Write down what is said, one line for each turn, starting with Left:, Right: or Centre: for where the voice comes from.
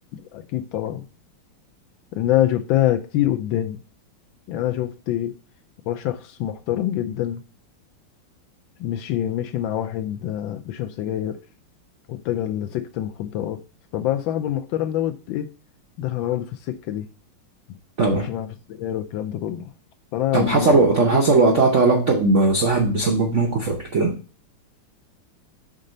Left: اكيد طبعا لان انا شفتها كتير قدامي يعني انا شفت شخص محترم جدا مشي مشي مع واحد آه، بيشرب سجاير واتجه لسكة المخدرات فبقى صاحبه المحترم دوت ايه دخل على برضه في السكة دي
Right: طبعا
Left: مشي معاه في السجاير والكلام ده كله فانا
Right: طب
Left: م-
Right: حصل طب حصل
Left: مؤمن
Right: وقطعت
Left: ب-
Right: علاقتك بصاحب بسبب موقف قبل كده